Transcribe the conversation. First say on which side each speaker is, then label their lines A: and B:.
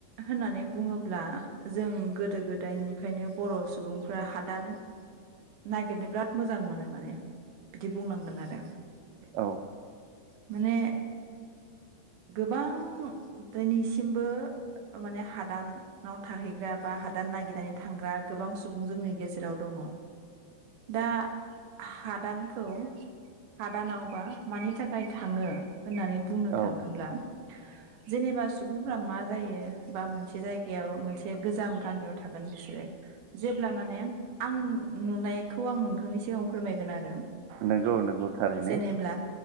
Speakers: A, on the right; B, on the right.
A: होननानै बुङोब्ला जों गोदो गोदायनिफ्रायायनो बर' सुबुंफ्रा हादान नायागिरनो बिराद मोजां मोनो माने बिदि बुंनांगोन आरो
B: औ
A: माने गोबां दोनैसिमबो। माने हादान नाव थाहैग्रा बा हादान ननायागिरनानै थांग्रा गोबां सुबुं जोंनि गेजेराव दङ। दा हादानखौ हादानावबा मानि थाखाय थाङो होननानै बुंनो
B: औ
A: थाङोब्ला
B: <inaudible>
A: जेनेबा सुबुंफ्रा मा जायो बा मोनसे जायगायाव मोनसे गोजाम गामियाव थागोन बिसोरो जेब्ला माने आं नुनायखौ आं नोंथांनि सिगाङाव फोरमायगोन आरो
B: नंगौ नंगौ थारैनो
A: जेनेब्ला।